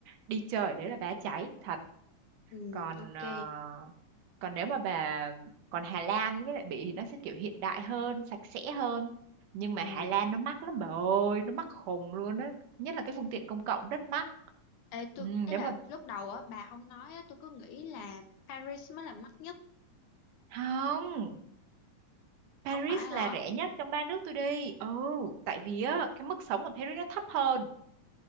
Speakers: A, on the right; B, on the left.
A: đi chơi ở đấy là bá cháy thật
B: ừ
A: còn
B: ok
A: ờ, còn nếu mà bà còn Hà Lan với lại Bỉ thì nó sẽ kiểu hiện đại hơn sạch sẽ hơn nhưng
B: ừ
A: mà Hà Lan nó mắc lắm bà ơi nó mắc khùng luôn á nhất là cái phương tiện công cộng rất mắc
B: Ê, tôi
A: ừ,
B: ấy
A: nếu
B: là
A: mà
B: lúc đầu á bà không nói á tôi cứ nghĩ là Paris mới là mắc nhất
A: không Paris
B: không phải hả
A: là rẻ nhất trong ba nước tôi đi ừ tại vì á cái mức sống ở Paris nó thấp hơn